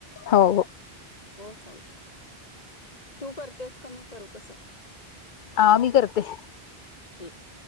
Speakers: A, on the left; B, on the left.
A: हो हो
B: हो चालते तू करतेस कमी करू कसं
A: हा मी करते
B: ठीक